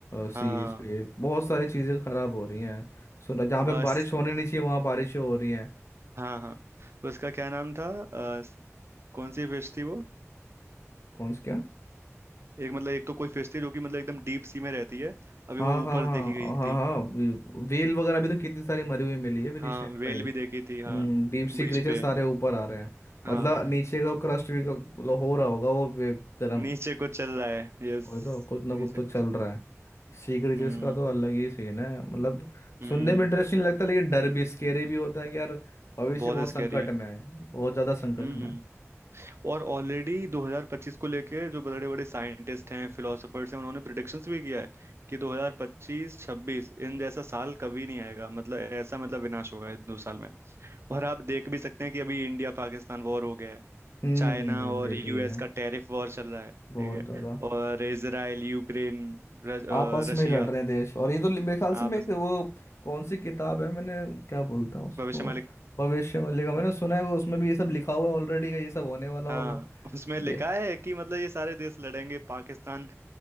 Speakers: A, on the left; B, on the right.
A: सीज
B: हाँ
A: पे बहुत सारी चीजें खराब हो रही हैं सो जहाँ पे
B: हाँ,
A: बारिश
B: अ, स-
A: होने नहीं चाहिए वहां बारिशें हो रही हैं
B: हाँ हाँ उसका क्या नाम था अ, स- कौन सी फिश थी वो
A: कौन से क्या
B: एक मतलब एक तो कोई फिश थी जो कि मतलब एकदम डीप सी में रहती है अभी
A: हाँ
B: वो
A: हाँ
B: ऊपर
A: हाँ
B: देखी गई
A: हाँ
B: थी
A: हाँ वे- वेल वगैरह भी तो कितनी सारी मरी हुई मिली है अभी रिसेंट
B: हाँ वेल
A: में ही
B: भी देखी थी हाँ
A: हम्म डीप सी
B: बीच
A: क्रीचर
B: पे
A: सारे ऊपर आ रहे हैं
B: हाँ
A: मतलब नीचे का क्रस्ट भी का- हो रहा होगा वो वे- गर्म
B: नीचे कुछ चल रहा है यस
A: वही तो कुछ ना
B: नीचे
A: कुछ तो
B: कुछ
A: चल रहा है सी क्रीचर्स
B: हम्म
A: का तो अलग ही सीन है मतलब
B: हम्म
A: सुनने में इंटरेस्टिंग लगता है लेकिन डर भी स्केरी भी होता है कि यार भविष्य
B: बहुत
A: बहुत
B: स्कैरी
A: संकट
B: है
A: में है बहुत ज्यादा संकट
B: हम्म
A: में है
B: और ऑलरेडी 2025 को लेके जो बड़े बड़े साइंटिस्ट हैं फिलोसफर्स हैं उन्होंने प्रिडिक्शंस भी किया है कि 2025 26 इन जैसा साल कभी नहीं आएगा मतलब ऐसा मतलब विनाश होगा इन दो साल में और आप देख भी सकते हैं कि अभी इंडिया पाकिस्तान वॉर हो गया है
A: हम्म
B: चाइना और
A: ये
B: यूएस
A: भी है
B: का टैरिफ वॉर चल रहा है ठीक
A: बहुत
B: है
A: ज्यादा
B: और इसराइल यूक्रेन
A: आपस
B: रशिया
A: में ही लड़ रहे हैं देश और ये तो मेरे ख्याल से
B: आपस
A: मैं एक वो कौन सी किताब है मैंने क्या बोलते हैं उसको
B: भविष्य
A: भविष्य मल्लिका मैंने सुना है उसमें भी ये सब लिखा हुआ है ऑलरेडी का ये सब होने वाला
B: हाँ
A: होगा
B: उसमें
A: दे
B: लिखा है कि मतलब ये सारे देश लड़ेंगे पाकिस्तान